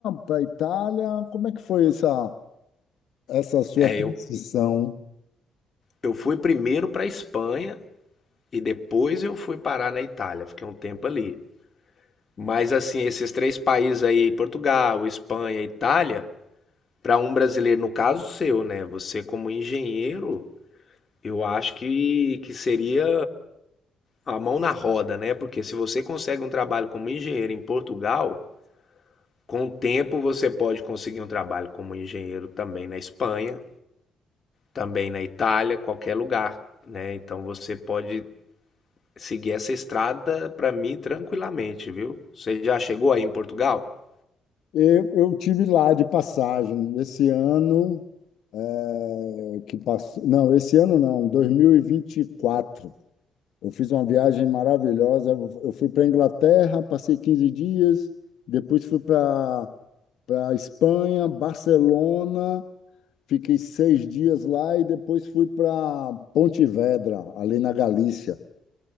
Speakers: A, on the left; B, on the left.
A: para Itália, como é que foi essa, essa sua
B: É,
A: transição?
B: eu, eu fui primeiro para a Espanha e depois eu fui parar na Itália, fiquei um tempo ali. Mas assim, esses três países aí, Portugal, Espanha, Itália, para um brasileiro, no caso seu, né? Você como engenheiro, eu acho que, que seria A mão na roda, né? Porque se você consegue um trabalho como engenheiro em Portugal, com o tempo você pode conseguir um trabalho como engenheiro também na Espanha, também na Itália, qualquer lugar, né? Então você pode seguir essa estrada para mim tranquilamente, viu? Você já chegou aí em Portugal?
A: Eu, eu tive lá de passagem esse ano eh, que passou, não, esse ano não, 2024. Eu fiz uma viagem maravilhosa. Eu fui para a Inglaterra, passei 15 dias, depois fui para para Espanha, Barcelona, fiquei seis dias lá e depois fui para Pontevedra, ali na Galícia.